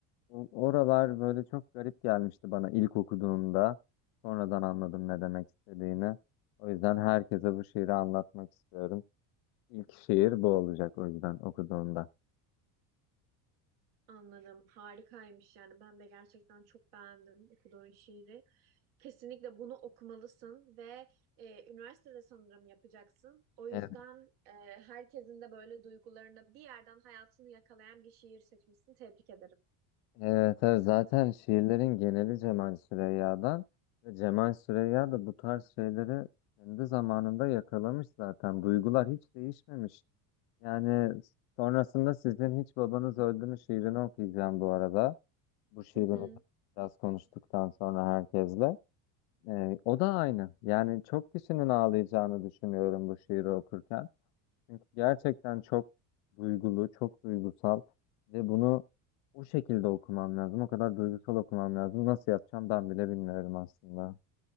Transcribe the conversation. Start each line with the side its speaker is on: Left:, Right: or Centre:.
Left: O- Oralar böyle çok garip gelmişti bana ilk okuduğumda. Sonradan anladım ne demek istediğini. O yüzden herkese bu şiiri anlatmak istiyorum. İlk şiir bu olacak o yüzden okuduğumda.
Right: Anladım. Harikaymış yani. Ben de gerçekten çok beğendim okuduğun şiiri. Kesinlikle bunu okumalısın ve e, üniversitede sanırım yapacaksın. O yüzden
Left: Evet,
Right: e, herkesin de böyle duygularını bir yerden hayatını yakalayan bir şiir seçmişsin. Tebrik ederim.
Left: evet, evet. zaten şiirlerin geneli Cemal Süreyya'dan ve Cemal Süreyya da bu tarz şeyleri kendi zamanında yakalamış zaten. Duygular hiç değişmemiş. Yani sonrasında sizin hiç babanız öldü mü şiirini okuyacağım bu arada. bu şiirimi
Right: Hı hı.
Left: biraz konuştuktan sonra herkesle. Ee, o da aynı. Yani çok kişinin ağlayacağını düşünüyorum bu şiiri okurken. Çünkü gerçekten çok duygulu, çok duygusal ve bunu o şekilde okumam lazım. O kadar duygusal okumam lazım. Nasıl yapacağım ben bile bilmiyorum aslında.